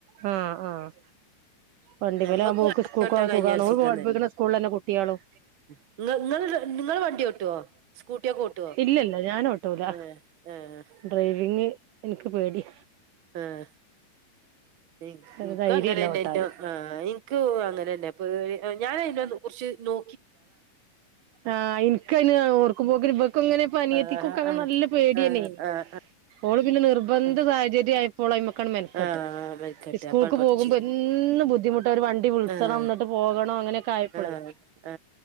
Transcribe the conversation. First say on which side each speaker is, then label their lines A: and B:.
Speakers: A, on the right (about 75°); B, on the right (about 50°).
A: ആഹ് ആഹ് വണ്ടി
B: ഞമ്മക്ക്
A: മേല് ആക്കുബോ ഓൾക്ക്
B: വണ്ടി
A: സ്കൂൾ
B: ഓട്ടാൻ
A: പോവാൻ
B: കഴിഞ്ഞ
A: സുഖണോ
B: ഒരു സുഖം
A: ഓള് പഠിപ്പിക്കുന്ന സ്കൂളിലെ തന്നെ കുട്ടിയാണും
B: നിങ്ങ നിങ്ങൾ നിങ്ങൾ വണ്ടി ഓട്ടോ സ്കൂട്ടിയൊക്കെ ഓട്ടോ
A: ഇല്ലല്ല ഞാൻ ഓട്ടൂല
B: ആഹ് ആഹ്
A: ഡ്രൈവിങ് ഇനിക്ക് പേടിയ
B: ആഹ് ഇനക്ക്
A: ഒരു ധൈര്യല്ല
B: അങ്ങനെണ്ടായിറ്റോ
A: ഓട്ടാന്
B: ആഹ് ഇൻ കു അങ്ങനെ തന്നെ പേടി ഞാനയിന കുറച്ച് നോ
A: ആഹ് ഇനിക്ക് അയിന് ഓർക്കുപോക്കും ഇവർക്ക് അങ്ങനെ അനിയത്തിക്കു
B: ആഹ്
A: അങ്ങനെ
B: ആഹ്
A: നല്ല പേടിയാന്നെ
B: ആഹ് ആഹ്
A: ഓള് പിന്നെ നിർബന്ധ
B: ആഹ്
A: സാഹചര്യം ആയപ്പോൾ ഓള് അയ്മക്ക് അങ്ങോട്ട് മെനക്കെട്ട്
B: ആഹ് മരിക്കട്ടെ
A: സ്കൂൾക്ക്
B: അപ്പാണ് പഠിച്ചത്
A: പോകുമ്പോ എന്നും ബുദ്ധിമുട്ട ഒരു വണ്ടി വിളിച്ചണം
B: ആഹ്
A: എന്നിട്ട് പോകണം അങ്ങനെയെകാ ആയപ്പളെ
B: ആഹ് ആ